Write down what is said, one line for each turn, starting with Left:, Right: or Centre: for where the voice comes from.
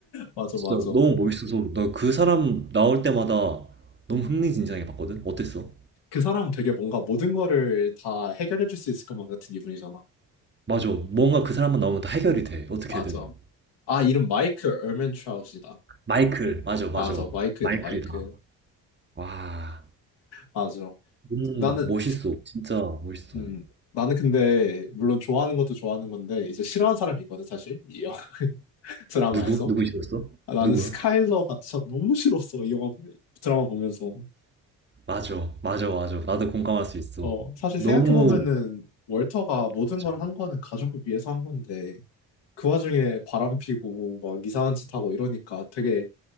Left: 맞아,
Right: 진짜
Left: 맞아.
Right: 너무 멋있어서 나 그 사람 나올 때마다 너무 흥미진진하게 봤거든? 어땠어?
Left: 그 사람 되게 뭔가 모든 거를 다 해결해 줄 수 있을 것만 같은 기분이잖아.
Right: 맞아. 뭔가 그 사람만 나오면 다 해결이 돼. 어떻게든.
Left: 맞아. 아, 이름 마이크 얼맨트라웃이다.
Right: 마이클. 맞아, 맞아.
Left: 아 저 마이크이다,
Right: 마이클이다.
Left: 마이크.
Right: 와,
Left: 맞아.
Right: 너무
Left: 나는,
Right: 멋있어. 진짜 멋있어.
Left: 음, 나는 근데, 물론 좋아하는 것도 좋아하는 건데, 이제 싫어하는 사람이 있거든, 사실. 이 영화 <laughs> 드라마에서.
Right: 어, 누구? 누구 싫었어?
Left: 아, 나는
Right: 누구
Left: 스카일러가 진짜 너무 싫었어, 이 영화, 드라마 보면서.
Right: 맞아, 맞아, 맞아. 나도 공감할 수 있어.
Left: 어, 사실
Right: 너무,
Left: 생각해보면은, 월터가 모든
Right: 맞아.
Left: 걸 한 거는 가족을 위해서 한 건데, 그 와중에 바람 피고, 막 이상한 짓 하고 이러니까 되게,